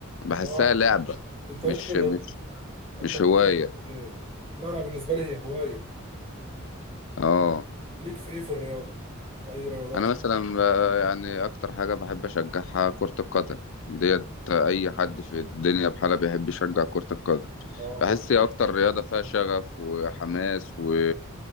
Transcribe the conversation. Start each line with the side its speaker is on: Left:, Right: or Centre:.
Left: بحسها
Right: اه
Left: لعبة
Right: انت
Left: مش
Right: ليك في الرياضة-
Left: مش
Right: انت
Left: مش
Right: ليك
Left: هواية
Right: في الرياضات ايه لا انا بالنسبه لي هي هوايه
Left: اه
Right: ليك في ايه في الرياضه اي رياضات
Left: أنا مثلا آه، يعني أكتر حاجة بحب أشجعها كرة القدم ديت أي حد في الدنيا بحالة بيحب يشجع كرة القدم
Right: لا
Left: بحس
Right: كرة
Left: هي اكتر رياضة فيها شغف وحماس و...